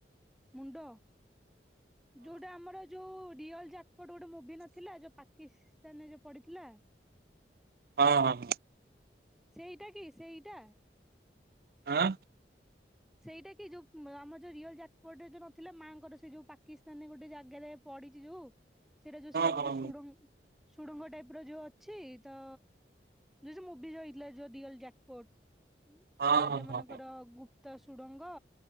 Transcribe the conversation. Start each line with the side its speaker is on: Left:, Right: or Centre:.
Centre: ମୁଣ୍ଡ ଯୋଉଟା ଆମର ଯୋଉ ବିୟଲ ଯାକପଟ ଗୋଟେ ମୁଭି ନଥିଲା ଯୋଉ ପାକିସ୍ତାନରେ ଯୋଉ ପଡିଥିଲା।
Right: ହଁ-ହଁ।
Centre: ସେଇଟା କି ସେଇଟା।
Right: ଆଁ
Centre: ସେଇଟା କି ଯୋଉ ଆମ ଯୋଉ ରିଅଲ ଯାକପରେ ଯୋଉ ନଥିଲା ମାଆଙ୍କର ସେ ଯୋଉ ପାକିସ୍ତାନରେ ଗୋଟେ ଜାଗାରେ ପଡିଛି ଯୋଉ ସେଇଟା ଯୋଉ ସ ଯୋଉ
Right: ହଁ ହଁ
Centre: ସୁଡ଼ଙ୍ଗ ସୁଡଙ୍ଗ ଟାଇପ ର ଯୋଉ ଅଛି ତ ଯୁ ମୁଭିି ଯା ହୋଇଥିଲା ଯୋ ରିଅଲ ଜ୍ୟାକପୋର୍ଟ।
Right: ହଁ
Centre: ରାଜା
Right: ହଁ
Centre: ମାନଙ୍କର
Right: ହଁ
Centre: ଗୁପ୍ତ ସୁଡ଼ଙ୍ଗ।